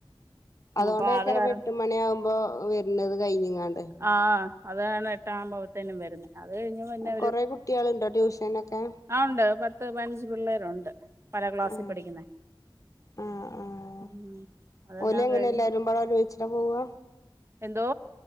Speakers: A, on the left (about 35°); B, on the right (about 30°).
A: അതോണ്ടയിക്കാരം
B: അപ്പൊ അത് കാരണം
A: ഇപ്പ എട്ട് മണിയാഉമ്പോ വര്ണത് കഴിഞ്ഞ്ങ്ങാണ്ട്
B: ആഹ് അതാണ് എട്ടാഉമ്പോത്തിന് വര്ന്ന് അത് കഴിഞ്ഞ് പിന്നെ
A: കൊറേ കുട്ടിയാള്ണ്ടോ ട്യൂഷനൊക്കെ?
B: ആഹ് ഉണ്ട് പത്ത് പതിനഞ്ച് പിള്ളേരുണ്ട് പല ക്ലാസ്സിൽ
A: ആഹ്
B: പഠിക്കുന്ന.
A: ആഹ് ആഹ്
B: ഉം അതെല്ലാം
A: ഓലങ്ങനെ
B: കഴിഞ്ഞ്
A: എല്ലാരുമ്പാടെ ഒര്മിച്ച്ട്ടാ പോവാ
B: എന്തോ?